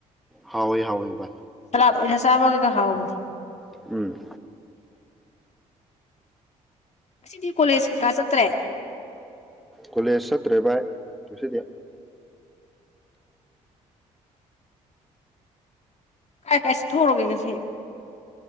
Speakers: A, in the centre; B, on the left.
A: ꯍꯥꯎ ꯑꯦ ꯍꯥꯎ ꯏꯦ ꯕꯥꯏ
B: <unintelligible> ꯆꯥꯕꯒꯒ ꯍꯥꯎꯕꯗꯤ
A: ꯎꯝ
B: ꯑꯁꯤ ꯗꯤ ꯀꯣꯂꯦꯖ ꯀꯥꯀ ꯆꯇ꯭ꯔꯦ
A: ꯀꯣꯂꯦꯖ ꯆꯠꯇ꯭ꯔꯦ ꯚꯥꯏ ꯉꯁꯤꯗꯤ
B: ꯀꯥꯏ ꯀꯥꯏ ꯆꯊꯣꯔꯒꯦ ꯉꯁꯤ